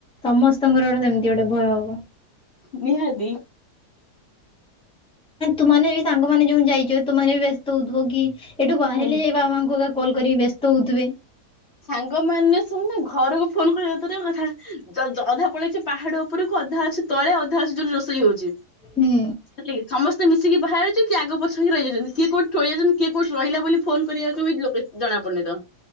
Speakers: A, in the centre; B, on the left (about 40°).
A: ସମସ୍ତଙ୍କର ଗୋଟେ ସେମିତି ଗୋଟେ ଭୟ ହବ।
B: ନିହାତି
A: ତୁମେ ବି ସାଙ୍ଗମାନେ ଯୋଉ ଯାଇଛ ତୁମେ ବି ବ୍ୟସ୍ତ ହଉଥିବ କି ଏଠୁ ବାହାରିଲେ
B: ହୁଁ।
A: <unintelligible> କଲ୍ କରିକି ବ୍ୟସ୍ତ ହେଉଥିବେ।
B: ସାଙ୍ଗମାନେ ଶୁଣେ ଘରକୁ ଫୋନ କରିଵେ ତରେ କଥା ଯଧା ପଳେଇଛି। ପାହାଡ ଉପରକୁ ଅଧା ଅଛି ତଳେ ଅଧା ଅଛି ଯୋଉି ରୋଷେଇ ହଉଛି।
A: ହୁଁ
B: ହେ କି ସମସ୍ତେ ମିଶିକି ବାହାର ଯାଉ କି ଆଗ ପଛକ ରହିଯାଉଛନ୍ତି କିଏ କୋଉଠିଳି ଯାଉଛନ୍ତି କିଏ କୋଉଠି ରିଲ ବୋଲି ଫୋନ କରିବାକୁ ଲକେ ଜଣାପୁଣି ତ।